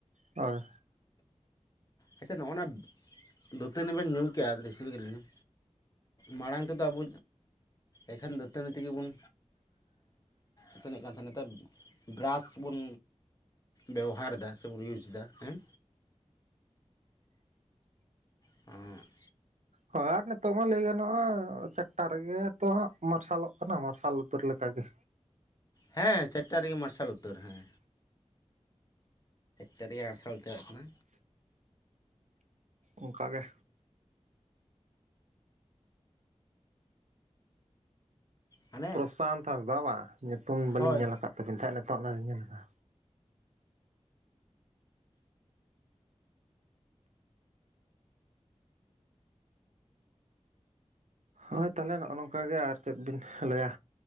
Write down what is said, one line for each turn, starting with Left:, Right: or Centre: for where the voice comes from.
Right: ᱦᱳᱭ
Left: ᱟᱪᱪᱷᱟ ᱱᱚᱜᱼᱱᱟ ᱫᱟᱹᱛᱟᱹᱱᱤ ᱵᱮᱱ ᱧᱩᱢ ᱠᱮᱭᱟ ᱫᱤᱥ ᱜᱮᱞᱤᱤᱧᱟ ᱢᱟᱲᱟᱝ ᱛᱮᱫᱚ ᱟᱵᱚ ᱮᱠᱷᱟᱱ ᱫᱟᱹᱛᱟᱹᱱᱤ ᱛᱮᱤ ᱜᱮ ᱵᱚᱱ ᱫᱟᱹᱛᱟᱹᱱᱤᱜ ᱠᱟᱱ ᱛᱟᱦᱮ ᱱᱤᱛᱟᱹᱜ ᱵᱨᱟᱥ ᱵᱚᱱ ᱵᱮᱣᱦᱟᱨ ᱫᱟ ᱥᱮ ᱵᱚᱱ ᱤᱭᱩᱥ ᱫᱟ ᱦᱮᱸ ᱮᱜ
Right: ᱦᱳᱭ ᱟᱨ ᱱᱤᱛᱚᱜ ᱢᱟ ᱞᱟᱹᱭ ᱜᱟᱱᱚᱜᱼᱟ ᱪᱟᱨᱴᱟ ᱨᱮᱜᱮ ᱛᱚ ᱦᱟᱸᱜ ᱢᱟ ᱢᱟᱨᱥᱟᱞᱚᱜ ᱠᱟᱱᱟ ᱢᱟᱨᱥᱟᱞ ᱩᱛᱟᱹᱨ ᱞᱮᱠᱟᱜᱮ
Left: ᱦᱮᱸ ᱪᱟᱨᱴᱟ ᱨᱮᱜᱮ ᱢᱟᱨᱥᱟᱞ ᱩᱛᱟᱹᱨ ᱦᱮᱸ ᱪᱟᱨᱤᱭᱟᱹ ᱟᱨᱥᱟᱞ ᱩᱛᱟᱹᱨᱚᱜ ᱠᱟᱱᱟ
Right: ᱚᱱᱠᱟ ᱜᱮ
Left: ᱦᱟᱱᱮ
Right: ᱯᱨᱚᱥᱟᱱᱛ ᱦᱟᱸᱥᱫᱟ ᱵᱟ ᱧᱩᱛᱩᱢᱚᱝ ᱵᱟᱹᱞᱤᱧ
Left: ᱦᱳᱭ
Right: ᱧᱮᱞ ᱟᱠᱟᱫ ᱛᱟᱠᱤᱱ ᱛᱟᱦᱮᱸᱜ ᱱᱤᱛᱚᱜ ᱱᱟᱜ ᱧᱮᱞ ᱮᱫᱟ᱾ ᱦᱳᱭ ᱛᱟᱦᱞᱮ ᱱᱚᱜᱼᱚ ᱱᱚᱝᱠᱟ ᱜᱮ ᱟᱨ ᱪᱮᱫ ᱵᱤᱱ ᱞᱟᱹᱭᱟ᱾